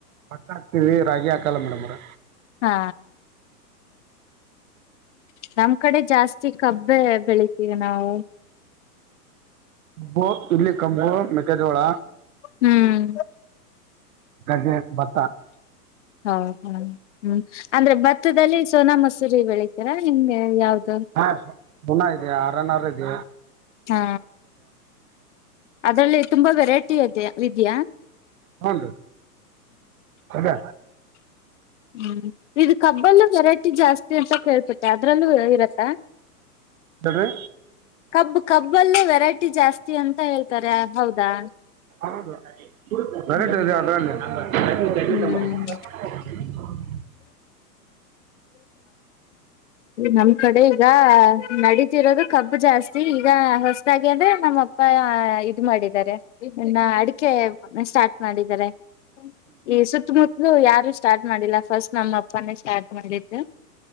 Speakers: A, on the right (about 60°); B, on the left (about 50°).
A: ಭಟ್ಟ ಹಾಕ್ತವಿ ರಾಗಿ ಹಾಕಲ್ಲ ಮೇಡಮ್ರ
B: ಹಾ ನಮ್ ಕಡೆ ಜಾಸ್ತಿ ಕಬ್ಬೆ ಬೆಳಿತೀವಿ ನಾವು
A: ಬ್ಬ ಇಡ್ಲ್ಲಿ ಕಂಬು ಮೆಥಜೋಳ
B: ಹ್ಮ್
A: ಕಡ್ಲೆ, ಬತ್ತ
B: ಹ ಹಾ ಹ್ಮು ಅಂದ್ರೆ ಭತ್ತದಲ್ಲಿ ಸೋನಾ ಮಸೂರಿ ಬೆಳಿತೀರಾ ಹೆಂಗೆ ಯಾವ್ದ.
A: ಹಾ <unintelligible> ಆರನಾರ ಇದ್.
B: ಹಾ ಅದರಲ್ಲಿ ತುಂಬಾ ವೆರೈಟಿ ಅದೇ ಇದೇಯಾ.
A: ಹುನ್ರಿ ಅದೇ.
B: ಹ್ಮು ಇದು ಕಬ್ಬಲ್ಲಿ ವೆರೈಟಿ ಜಾಸ್ತಿ ಅಂತ ಕೇಳ್ಪಿಟ್ಟೆ ಅದ್ರಲ್ಲೂ ಇರತ್ತಾ.
A: ಹೇಳ್ರಿ
B: ಕಬ್ಬ ಕಬ್ಬಲ್ಲೂ ವೆರೈಟಿ ಜಾಸ್ತಿ ಅಂತ ಹೇಳ್ತ ತರ ಹೌದಾ.
A: ಹೌದು <unintelligible>
B: ಹ್ಮ್ ಹ್ಮ್
A: <unintelligible>
B: ನಮ್ ಕಡೆ ಈಗ ನಡೀತಿರೋದು ಕಬ್ಬ ಜಾಸ್ತಿ. ಈಗ ಹೊಸದಾಗಿ ಅಂದ್ರೆ ನಮ್ಮ ಅಪ್ಪ ಇದ ಮಾಡಿದ್ದಾರೆ. ನ್ನ ಅಡಿಕೆ ಸ್ಟಾರ್ಟ್ ಮಾಡಿದ್ದಾರೆ ಈ ಸುತ್ತಮುತ್ತಲು ಯಾರ ಸ್ಟಾರ್ಟ್ ಮಾಡಿಲ್ಲ ಫಸ್ಟ್ ನಮ್ಮ ಅಪ್ಪನೇ ಸ್ಟಾರ್ಟ್ ಮಾಡಿದ್ದು.